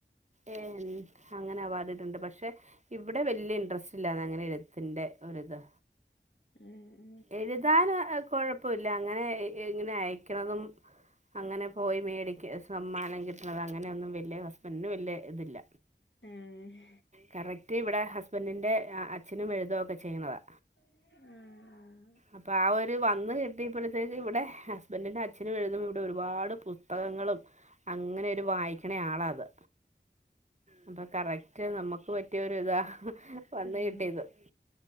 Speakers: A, on the right; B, on the left.
A: ഏഹ് അങ്ങനെ അവാർഡ്കിട്ടണ്ട് പക്ഷെ ഇവിടെ വെല്യ ഇൻട്രസ്റ്റ് ഇല്ലാന്ന് അങ്ങനെ എഴുത്തിന്റെ ഒരിതാ
B: ഏഹ്
A: എഴുതാന് ഏഹ് കൊഴപ്പൊല്ല അങ്ങനെ എ ഇങ്ങനെ അയക്കണതും അങ്ങനെ പോയി മേടിക്ക സമ്മാനം കിട്ടണത് അങ്ങനെയൊന്നും വെല്യ ഹസ്ബൻ്റിന് വെല്യ ഇതില്ല
B: ഏഹ്
A: കറക്റ്റ് ഇവിടെ ഹസ്ബൻഡിൻ്റെ ആഹ് അച്ഛനും എഴുതൊക്കെ ചെയ്യുന്നതാ
B: ആഹ് ആഹ്
A: അപ്പൊ ആ ഒരു വന്ന് കിട്ടിയപ്പഴത്തേക്ക്, ഇവിടെ ഹസ്ബൻ്റിന്റെ അച്ഛനും എഴുതും, ഇവിടെ ഒരുപാട് പുസ്തകങ്ങളും അങ്ങനെയൊരു വായിക്കണ ആളാ അത് അപ്പൊ കറക്റ്റ് നമ്മുക്ക് പറ്റിയൊരു ഇതാ വന്ന്
B: ഏഹ്
A: കിട്ടിയതും